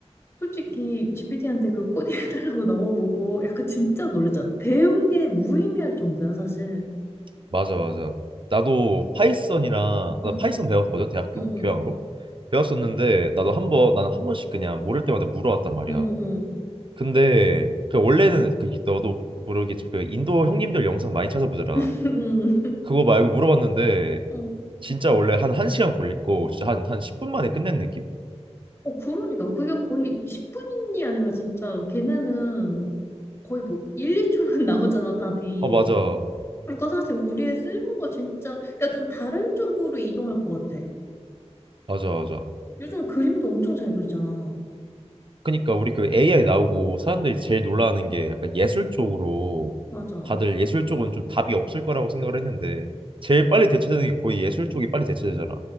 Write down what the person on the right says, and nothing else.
맞아, 맞아. 나도 파이썬이랑 나
파이썬 배웠거든, 대학교
교양으로. 배웠었는데 나도 한 번, 나는 한 번씩 그냥 모를 때마다 물어왔단 말이야.
근데 그 원래는 그 너도 모르겠지만 그 인도 형님들 영상 많이 찾아보더라.
그거 말고 물어봤는데
진짜 원래 한 1시간 걸리고 진짜 한, 한 10분 만에 끝낸 느낌?
아, 맞아.
맞아, 맞아.
그니까 우리 그 AI 나오고 사람들이 제일 놀라는 게 약간 예술 쪽으로
다들 예술 쪽은 좀 답이 없을 거라고 생각을 했는데 제일 빨리 대체되는 게 거의 예술 쪽이 빨리 대체되잖아.